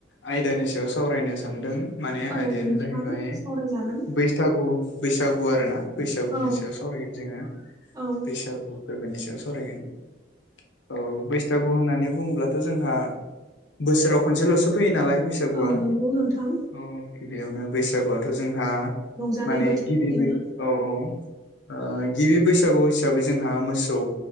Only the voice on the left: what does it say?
आयदानि सायाव सावरायनो सानदों माने
आयदायानो
जाहैबाय
बैसथागु । बैसागु आरो ना बैसागुनि
सायाव सावरायगोन जोङो
बैसागु फोरबोनि सायाव सारायगोन । औ बैसागु होननानै बुङोब्लाथ' जोंहा बोसोराव खनसेल'सो फैयो नालाय बैसागुआ
औ । बेयावनो बैसागुआथ' जों हा
माने
गिबिबै
औ औ आ गिबि बैसागु हिसाबै जोंहा मोसौ